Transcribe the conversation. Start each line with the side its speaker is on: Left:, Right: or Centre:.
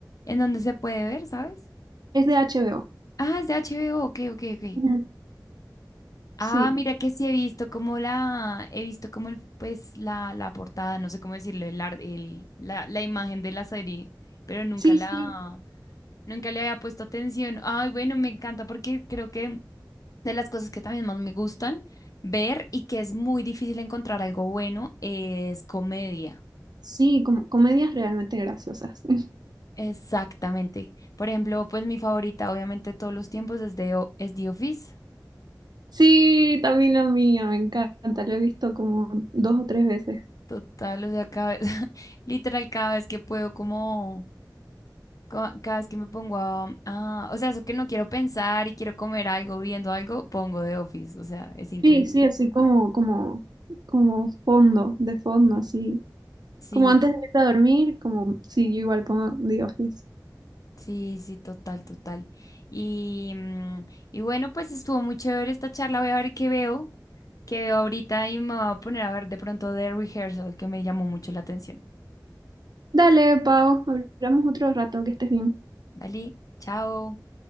Left: ¿En dónde se puede ver, sabes?
Right: Es de HBO.
Left: Ah, es de HBO. Ok, ok, ok.
Right: Ujú.
Left: Ah,
Right: Sí,
Left: mira que sí he visto como la, he visto como el, pues la, la portada, no sé cómo decirlo, el, ar- el, la, la imagen de la serie, pero nunca
Right: sí,
Left: la,
Right: sí,
Left: nunca le había puesto atención. Ay, bueno, me encanta porque creo que de las cosas que también más me gustan ver y que es muy difícil encontrar algo bueno es comedia.
Right: sí, como comedias realmente graciosas. <laughs>
Left: Exactamente. Por ejemplo, pues mi favorita, obviamente, de todos los tiempos es, de, O- es The Office.
Right: Sí, también la mía, me encanta, la he visto como dos o tres veces.
Left: Total, o sea, cada vez, <laughs> literal, cada vez que puedo, como, ca- cada vez que me pongo a, a- o sea, eso que no quiero pensar y quiero comer algo, viendo algo, pongo The Office. O sea, es increíble.
Right: Sí, sí, así como, como, como fondo, de fondo, así.
Left: Sí,
Right: Como antes de irte a dormir, como si yo igual pongo The Office.
Left: Sí, sí, total, total. Y, mm, y bueno, pues estuvo muy chévere esta charla. Voy a ver qué veo, qué veo ahorita y me voy a poner a ver de pronto The Rehearsal, que me llamó mucho la atención.
Right: Dale, Pau, hablamos otro rato, que estés bien.
Left: Dale, chao.